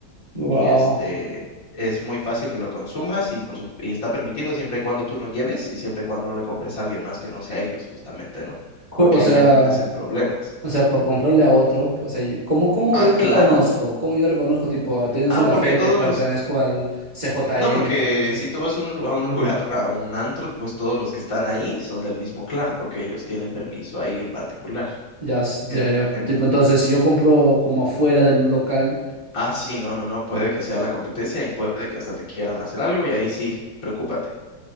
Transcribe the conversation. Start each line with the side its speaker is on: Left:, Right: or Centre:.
Right: wow.
Left: Y este, es muy fácil que lo consumas y, por sup- y está permitido siempre y cuando tú no lleves y siempre y cuando no le compres a alguien más que no sea ellos, justamente, ¿no?
Right: Co-
Left: Porque
Right: O
Left: ahí
Right: sea,
Left: ya te metes en problemas.
Right: o sea, por comprarle a otro, o sea, yo- ¿cómo, cómo
Left: Ah,
Right: yo
Left: claro.
Right: reconozco? ¿Cómo yo reconozco, tipo, tiene
Left: Ah,
Right: su gafete,
Left: porque todos
Right: pertenezco
Left: los
Right: al CJN,
Left: No, porque
Right: por ejemplo?
Left: si tú vas a un, lu- a un lugar, a un antro, pues todos los que están ahí son del mismo clan, porque ellos tienen permiso ahí en particular.
Right: Ya, s-
Left: En,
Right: ya, ya.
Left: en-
Right: Tipo, entonces, si yo compro como afuera del local,
Left: ah, sí, no, no, no, puede que sea la competencia y puede que hasta te quieran hacer algo y ahí sí, preocúpate.